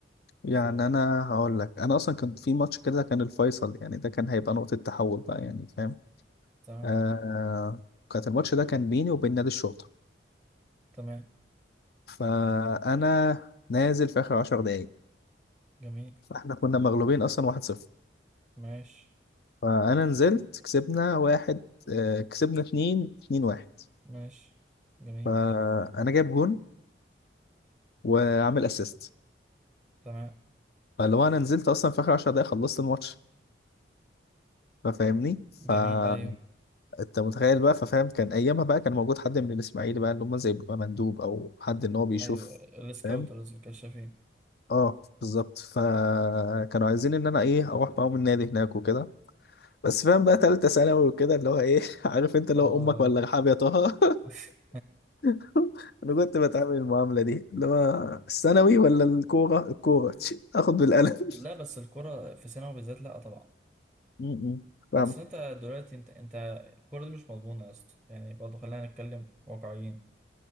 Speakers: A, on the left; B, in the centre.
A: يعني
B: اه
A: أنا هقول لك أنا أصلا كان في ماتش كده كان الفيصل يعني ده كان هيبقى نقطة تحول بقى يعني فاهم
B: تمام
A: أه كانت الماتش ده كان بيني وبين نادي الشرطة
B: تمام
A: فأنا نازل في آخر عشر دقايق
B: جميل
A: فإحنا كنا مغلوبين أصلا واحد صفر
B: ماشي
A: فأنا نزلت كسبنا واحد أه كسبنا اتنين اتنين واحد
B: ماشي جميل
A: فانا جايب جون وعامل اسيست
B: تمام
A: فاللي هو انا نزلت اصلا في اخر 10 دقايق خلصت الماتش ففاهمني فانت
B: جميل أيوه
A: متخيل بقى ففاهم كان ايامها بقى كان موجود حد من الاسماعيلي بقى اللي هم زي بيبقى مندوب او حد ان هو بيشوف
B: أيوه السكاوترز
A: فاهم
B: الكشافين
A: اه بالظبط فكانوا عايزين ان انا ايه اروح معاهم النادي هناك وكده بس فاهم بقى تالتة ثانوي وكده اللي هو ايه <laughs> عارف انت اللي
B: اه
A: هو امك ولا رحاب يا طه
B: <laughs>
A: <laughs> انا كنت بتعامل المعاملة دي اللي هو الثانوي ولا الكورة الكورة <laughs> اخد بالقلم <laughs>
B: لا بس الكرة في ثانوي بالذات لا طبعا
A: م- م. فاهمك
B: أصل أنت دلوقتي أنت أنت الكرة دي مش مضمونة يا اسطى يعني برضه خلينا نتكلم واقعيين